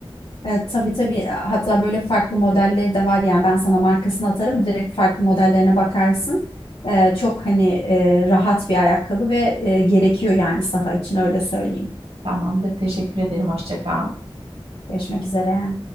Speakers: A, on the left; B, on the right.
A: Ee, tabii tabii hatta böyle farklı modelleri de var yani ben sana markasını atarım direkt farklı modellerine bakarsın. Ee, çok hani e, rahat bir ayakkabı ve e, gerekiyor yani saha için öyle söyleyeyim.
B: <laughs> Tamamdır. Teşekkür ederim. Hoşça kal.
A: Görüşmek üzere.